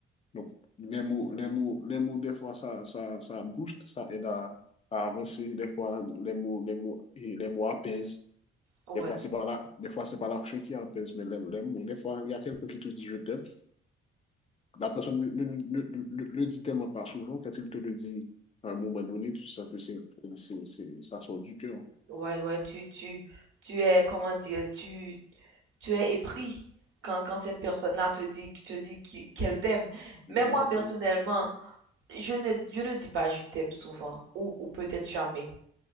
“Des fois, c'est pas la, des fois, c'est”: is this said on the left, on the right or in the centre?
Left